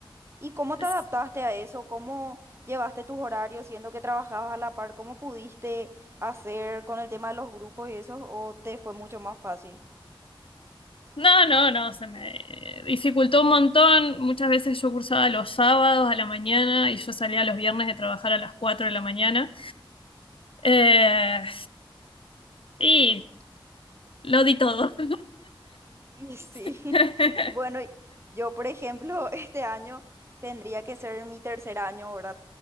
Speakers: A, on the right; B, on the left.
A: ¿Y cómo
B: es-
A: te adaptaste a eso? ¿Cómo llevaste tus horarios, siendo que trabajabas a la par? ¿Cómo pudiste hacer con el tema de los grupos y eso? ¿O te fue mucho más fácil?
B: no, no, no, se me dificultó un montón. Muchas veces yo cursaba los sábados a la mañana y yo salía los viernes de trabajar a las 4 de la mañana. Eh, y lo di todo.
A: Y sí,
B: <laughs>
A: <laughs> bueno, yo por ejemplo, <laughs> este año tendría que ser mi tercer año, ¿verdad?